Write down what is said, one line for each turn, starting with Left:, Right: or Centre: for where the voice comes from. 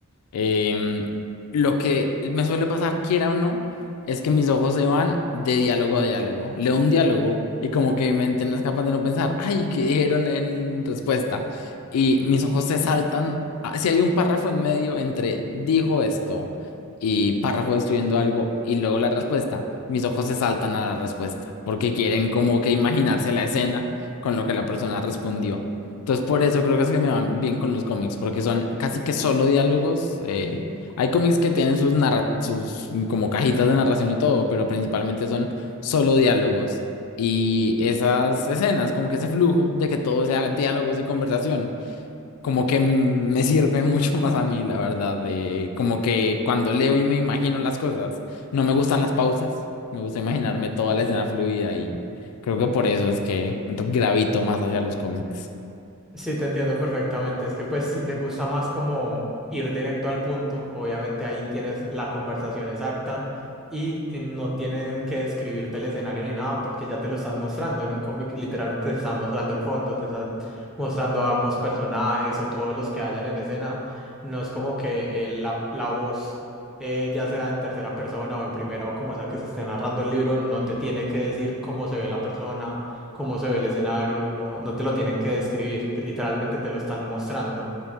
Left: Em, lo que me suele pasar, quiera o no, es que mis ojos se van de diálogo a diálogo. Leo un diálogo y como que mi mente no es capaz de no pensar, ay, ¿qué dijeron en respuesta? Y mis ojos se saltan. Ah, Si hay un párrafo en medio entre dijo esto y párrafo describiendo algo y luego la respuesta, mis ojos se saltan a la respuesta porque quieren como que imaginarse la escena con lo que la persona respondió. Entonces, por eso creo que es que me van bien con los cómics, porque son casi que solo diálogos. eh, hay cómics que tienen sus narra sus mm, como cajitas de narración y todo, pero principalmente son solo diálogos. Y esas escenas, como que ese flujo de que todo sea diálogos y conversación, como que mm, me sirve <laughs> mucho más a mí, la verdad. De, como que cuando leo y me imagino las cosas, no me gustan las pausas, me gusta imaginarme toda la escena fluida y creo que por eso es que gravito más hacia los cómics.
Centre: Sí, te entiendo perfectamente. Es que pues si te gusta más como ir directo al punto, obviamente ahí tienes la conversación exacta y eh, no tienen que describirte el escenario ni nada porque ya te lo están mostrando. En un cómic literalmente te están mostrando el fondo, te están mostrando a ambos personajes o todos los que hayan en escena. No es como que eh, la, la voz, eh, ya sea en tercera persona o en primera o como sea que se esté narrando el libro, no te tiene que decir cómo se ve la persona cómo se ve el escenario, no, no te lo tienen que describir, te- literalmente te lo están mostrando,